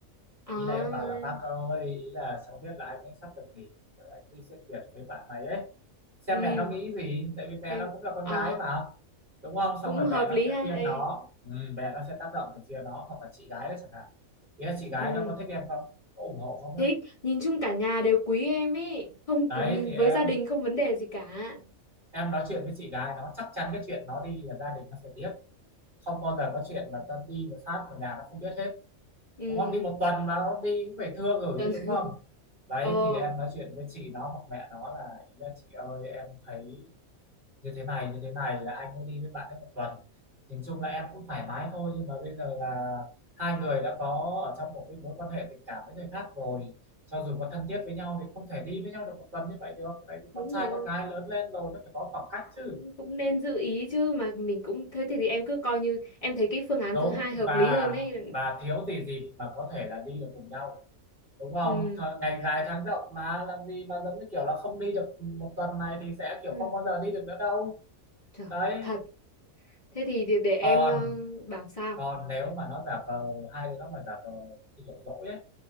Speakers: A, on the left; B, on the right.
A: À.
B: ý là em bảo là bác ơi ý là cháu biết là anh ấy sắp được nghỉ rồi anh đi xuyên Việt với bạn này ấy xem
A: Ừ.
B: mẹ nó nghĩ gì tại vì mẹ
A: Xem
B: nó cũng là con
A: à
B: gái mà đúng không xong
A: cũng
B: rồi
A: hợp
B: mẹ nó
A: lý
B: sẽ
A: ha.
B: khuyên
A: Ê.
B: nó ừ, mẹ nó sẽ tác động từ phía nó hoặc là chị gái đó chẳng hạn ý là chị gái
A: Ừ,
B: nó có thích em không có ủng hộ không
A: thích,
B: ấy
A: nhìn chung cả nhà đều quý em ấy, không
B: đấy
A: cứ nhìn
B: thì
A: với
B: em
A: gia đình không vấn đề gì cả.
B: em nói chuyện với chị gái nó chắc chắn cái chuyện nó đi là gia đình nó phải biết không bao giờ có chuyện mà ta đi một phát mà nhà nó không biết hết
A: Ừ,
B: đúng không đi một tuần mà nó đi cũng phải thưa gửi
A: cần
B: chứ
A: <laughs>
B: đúng không đấy
A: ờ
B: thì em nói chuyện với chị nó hoặc mẹ nó là ý là chị ơi em thấy như thế này như thế này là anh ấy đi với bạn ấy một tuần nhìn chung là em cũng thoải mái thôi nhưng mà bây giờ là hai người đã có ở trong một cái mối quan hệ tình cảm với người khác rồi cho dù có thân thiết với nhau thì không thể đi với nhau được một tuần như vậy được tại vì
A: đúng
B: con trai
A: rồi,
B: con gái lớn lên rồi nó phải có khoảng cách
A: cũng
B: chứ
A: cũng nên giữ ý chứ mà mình cũng thế thì, thì em cứ coi như em thấy cái phương án
B: đúng
A: thứ hai hợp
B: và
A: lý hơn ấy.
B: và thiếu gì dịp mà có thể là đi được cùng nhau đúng không
A: Ừ.
B: Th ngày dài tháng rộng mà làm gì mà giống như kiểu là không đi được một tuần này thì sẽ kiểu
A: Ừ.
B: không bao giờ đi được nữa đâu
A: Trời,
B: đấy
A: thật. Thế thì để, để em
B: còn
A: ờ, bảo sao?
B: còn nếu mà nó giả vờ hai đứa nó mà giả vờ như kiểu dỗi ấy